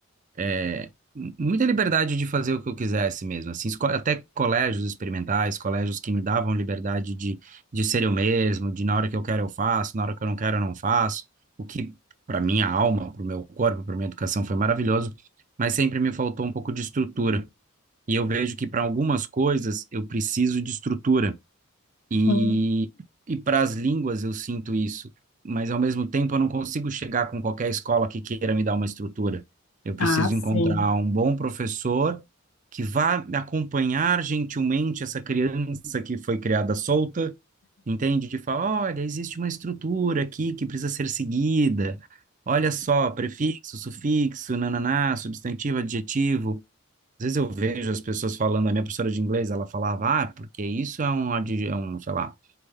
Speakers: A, on the right; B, on the left.
A: é, muita liberdade de fazer o que eu quisesse mesmo, assim, esco- até colégios experimentais, colégios que me davam liberdade de, de ser eu mesmo, de na hora que eu quero eu faço, na hora que eu não quero eu não faço, o que para minha alma, para o meu corpo, para minha educação foi maravilhoso, mas sempre me faltou um pouco de estrutura. E eu vejo que para algumas coisas eu preciso de estrutura. E,
B: Hum.
A: e para as línguas eu sinto isso, mas ao mesmo tempo eu não consigo chegar com qualquer escola que queira me dar uma estrutura. Eu preciso
B: Ah, sim.
A: encontrar um bom professor que vá acompanhar gentilmente essa criança que foi criada solta, entende? De falar, olha, existe uma estrutura aqui que precisa ser seguida. Olha só, prefixo, sufixo, nananá, substantivo, adjetivo. Às vezes eu vejo as pessoas falando, a minha professora de inglês, ela falava, ah, porque isso é um, adje- é um, sei lá,